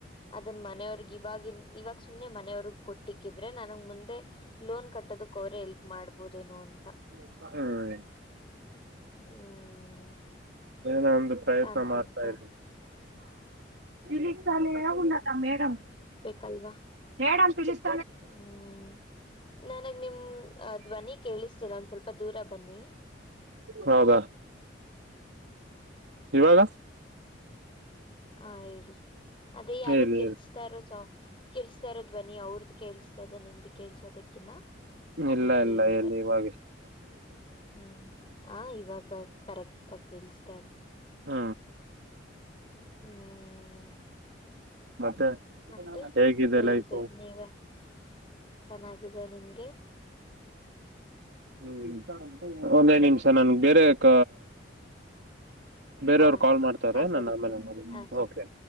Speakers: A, on the left (about 30°); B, on the right (about 70°).
A: ಅದನ್ ಮನೆಯವ್ರಗ್ ಇವಾಗಿನ್ ಇವಾಗ ಸುಮ್ಮ್ನೆ ಮನೆಯವ್ರ ಕೊಟ್ಟಿಕ್ ಹಿದ್ರೆ ನನಗ್ ಮುಂದೆ ಲೋನ್ ಕಟ್ಟೋದಕ್ ಅವ್ರೇ ಹೆಲ್ಪ್ ಮಾಡ್ಬೋದ ನು ಅಂತ
B: ಹ್ಮ್
A: ಹ್ಮ್
B: ನ ಪ್ರಯತ್ನ
A: ಅನ್ಕೊಂತ
B: ಮಾಡ್ತಾ ಇ ದಿಲಸಲ್ಲಿ ಹ ಮೇಡಮ್
A: ಬಲ್ವಾ
B: ಮೇಡ್ಳ
A: ಹ್ಮ್ ನನಗ್ ನಿಮ ಧ್ವನಿ ಕೇಳಿಸ್ತೀರ ಒಂದ್ ಸ್ವಲ್ಪ ದೂರ ಬನ್ನಿ
B: ಹೌದಾ ಇವಾಗ
A: ಹ ಹೇಳಿ ಅದೇ ಯಾರೋ
B: ಹೇಳಿ
A: ಕಿರ್ತತಾ
B: ಹೇಳಿ.
A: ಇಾರೋ ಸ ಕೇಳಿಸ್ತಾ ಇೋದ ನಿ ಅವ್ರದ್ದ ಕೇಳಿಸ್ತಾದೆ ನಿಮ್ದು ಕೇಳ್ಸೋದಕ್ಕಿನ್ನ ಅದಕ್ಕೆ
B: ಇಲ್ಲ ಇಲ್ಲ
A: ಹೇಳ್ದೆ
B: ಎಲ್ಲಿ ಇವಾಗ ಇ
A: ಹ್ಮ್ ಆ ಇವಾಗ ಕರೆಕ್ಟ್ ಆ ಕೇಳ್ಸ್ತಾರೆ
B: ಹ್ಮ
A: ಹ್ಮ್
B: ಮತ್ತೆ
A: ಮತ್ತೆ
B: ಹೇಗಿದೆ
A: ಹೇಳ್ಬೇಕು
B: ಲೈಫು
A: ನೀವ ಚೆನ್ನಾಗಿದೆ ನಿಮ್ಗೆ
B: ಹ್ಮ್ ಒಂದೇ ನಿಮಿಷ ನನ್ಗೆ ಬೇರೆಕ ಬೇರೆಯವರು
A: ಹಾ
B: ಕಾಲ್ ಮಾಡ್ತಾರೆ
A: ಹಾ ಸರಿ
B: ನಾನ ಆಮೇಲೆ
A: ಸರಿ
B: ಮಾಡಕೆ
A: ಹಾ ಸರಿ